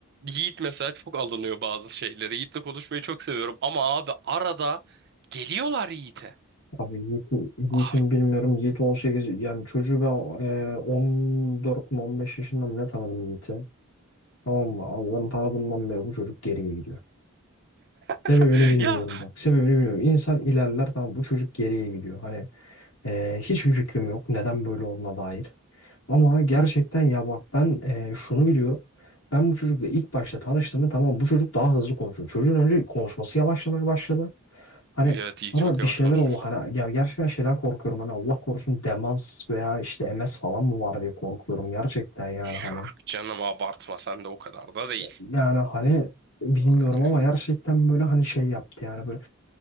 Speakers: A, on the right (about 50°); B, on the left (about 75°).
A: Yiğit mesela çok alınıyor bazı şeylere. Yiğit'le konuşmayı çok seviyorum ama abi arada geliyorlar Yiğit'e.
B: Abi Yiğit'in Yiğit'in
A: Ah,
B: bilmiyorum. Yiğit 18 yani çocuğu ben e, 14 mü 15 yaşında mı ne tanıdım Yiğit'i. Tamam mı? Abi ben tanıdığımdan beri bu çocuk geriye gidiyor.
A: <laughs>
B: Sebebini bilmiyorum
A: ya
B: bak. Sebebini bilmiyorum. İnsan ilerler tamam bu çocuk geriye gidiyor. Hani e, hiçbir fikrim yok. Neden böyle olduğuna dair. Ama gerçekten ya bak ben e, şunu biliyorum. Ben bu çocukla ilk başta tanıştığımda tamam bu çocuk daha hızlı konuşuyor. Çocuğun önce konuşması yavaşlamaya başladı. Hani
A: evet
B: sonra
A: Yiğit çok yavaş
B: bir şeyler
A: konuşmuş
B: oldu. Hani
A: lan.
B: ya gerçekten şeyden korkuyorum. Hani Allah korusun demans veya işte MS falan mı var diye korkuyorum gerçekten yani
A: Ya
B: hani.
A: canım abartma sen de o kadar da değil.
B: Yani hani bilmiyorum
A: Öyle.
B: ama gerçekten böyle hani şey yaptı yani böyle